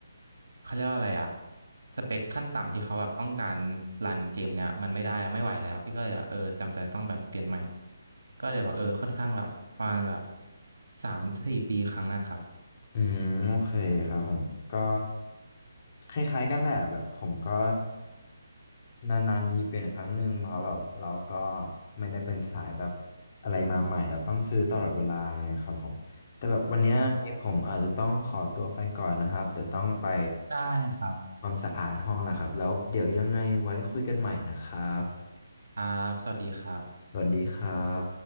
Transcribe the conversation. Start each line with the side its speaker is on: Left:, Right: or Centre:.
Right: เขาเรียกว่าอะไรอะสเปคขั้นต่ำที่เขาแบบต้องการรันเกมเนี่ยมันไม่ได้อะไม่ไหวแล้วพี่ก็เลยแบบเออจำใจต้องแบบเปลี่ยนใหม่ก็เลยแบบเออค่อนข้างแบบประมาณแบบสามสี่ปีครั้งอะครับ
Left: อืมโอเคครับผมก็คล้ายๆกันแหละแบบผมก็ นานๆทีเป็นครั้งหนึ่งเพราะแบบเราก็ไม่ได้เป็นสายแบบอะไรมาใหม่เราต้องซื้อตลอดเวลาเนี่ยครับผมแต่แบบวันเนี้ยให้ผมอาจจะต้องขอตัวไปก่อนนะครับเดี๋ยวต้องไป
Right: อืมได้ครับ
Left: ความสะอาดห้องแล้วครับแล้วเดี๋ยวยังไงไว้คุยกันใหม่นะครับ
Right: ครับสวัสดีครับ
Left: สวัสดีครับ